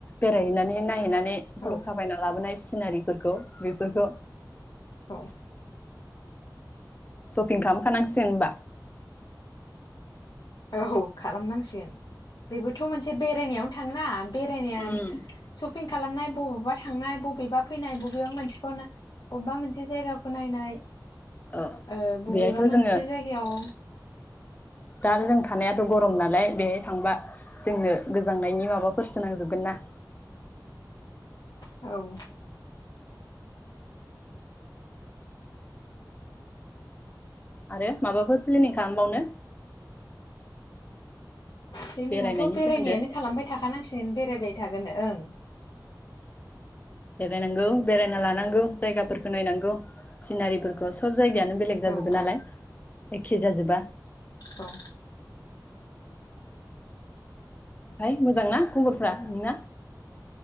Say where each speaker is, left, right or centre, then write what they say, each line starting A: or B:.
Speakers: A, on the left; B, on the left.
A: बेरायहैनानै नाय हैनानै
B: औ
A: फट'क साफायना लाबोनायस सिनारिफोरखौ बेफोरखौ
B: औ
A: सपिं खामखानांसिगोन ओमबा?
B: औ खालामनांसिगोन। बेबोथ' मोनसे बेरायनायाव थांना बेरायनाया
A: उम
B: सपिं खालामनाय बबावबा थांनाय बबेबा फैनाय बबेबा मोनसेखौनो बबबा मोनसे जायगाखौ नायनाय।
A: औ
B: ओ बबेबा
A: बेहायथ'
B: मोनसे
A: जोङो
B: जायगायाव
A: दा जों थानायाथ' गरम नालाय बेहाय थांबा जोंनो गोजांनायनि माबाफोर सो नांजोबगोन ना।
B: औ
A: आरो माबाफोर प्लेनिं खालामबावनो?
B: प्लेनिंआथ'
A: बेरायनायनि
B: बेरायनायानो
A: सोमोन्दै
B: खालामबाय थाखानांसिगोन बेरायबाय थागोन ओं।
A: बेरायनांगौ बेरायना लानांगौ जायगाफोरखो नायनांगौ सिनारिफोरखौ स जायगायानो बेलेग जाजोबबाय
B: ओं
A: नालाय। एखे जाजोबा
B: औ
A: ओमफाय मोजांना खबरफ्रा नोंना?